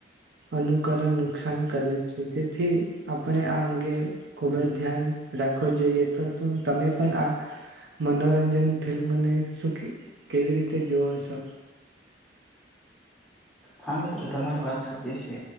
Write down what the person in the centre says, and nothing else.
હા મિત્ર તમારી વાત સાચી છે,